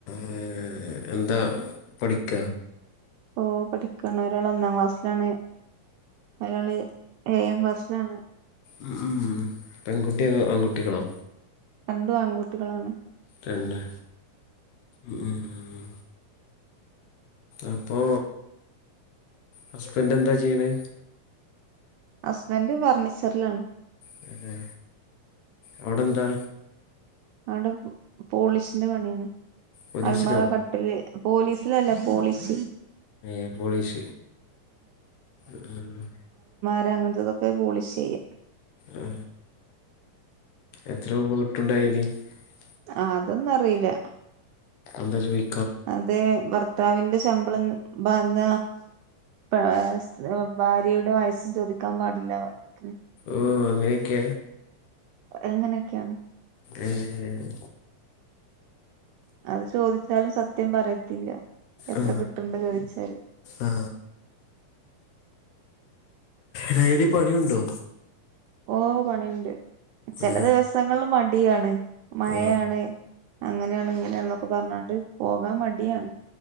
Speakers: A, on the left; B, on the right.
A: ഏഹ് എന്താ പഠിക്കാ
B: ഓ പഠിക്കാണ് ഒരാൾ ഒന്നാം ക്ലാസ്സിലാണ് ഒരാള് ഏയാം ക്ലാസ്സിലാണ്
A: ഉം ഉം പെൺകുട്ടിയാ ആൺകുട്ടികളോ
B: രണ്ടും ആൺകൂട്ടികളാണ്
A: തന്നെ ഉം ഉം അപ്പൊ ഹസ്ബൻറ്റ് എന്താ ചെയ്യണെ
B: ഹസ്ബൻറ്റ് ഫർണിച്ചറിലാണ്
A: പിന്നെ അവിടെന്താ
B: അടെ പോ പോളിഷിന്റെ പണിയാണ്
A: പോലീസിലോ
B: അൽമറ കട്ടില് പോലീസിലല്ല പോളീസ്
A: നെ പോളീഷ് മ്മ്
B: അവര് അങ്ങനത്തതൊക്കെ പോളിഷ് ചെയ്യാ
A: ആ എത്ര രൂപ വീട്ടുണ്ടായി <unintelligible>
B: ആ അതൊന്നും അറിയില്ല
A: ന്താ ചോയ്
B: അതെ ഭർത്താവിന്റെ ശമ്പളം വന്ന <unintelligible> ഭാര്യയുടെ വയസ്സും ചോദിക്കാൻ പാടില്ല പറഞ്ഞി
A: ഓ അങ്ങനോക്കെയാ
B: അങ്ങനെയൊക്കെയാണ്
A: ഏഹ്
B: അത് ചോദിച്ചാലും സത്യം പറയത്തില്ല എത്ര
A: ആ,
B: കിട്ട്ണ്ട് ചോയിച്ചാല്
A: ആ. ഡെയിലി പണിയുണ്ടോ
B: ഓ പണിയൊണ്ട് ചെല
A: ആ,
B: ദിവസങ്ങള് മടിയാണ് മയയാണ്
A: ആ.
B: അങ്ങനെയാണ് ഇങ്ങനെയാണ് എന്നൊക്കെ പറഞ്ഞാണ്ട് പോകാൻ മടിയാണ്